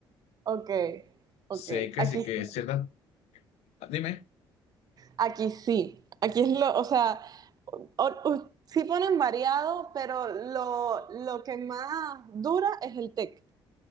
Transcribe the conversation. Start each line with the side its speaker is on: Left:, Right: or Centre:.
Right: Ok, ok.
Left: Sé que
Right: Aquí,
Left: sí
Right: sí-
Left: que ciertas... Dime.
Right: aquí sí. Aquí es lo, o sea, o- o- sí ponen variado, pero lo, lo que más dura es el tech.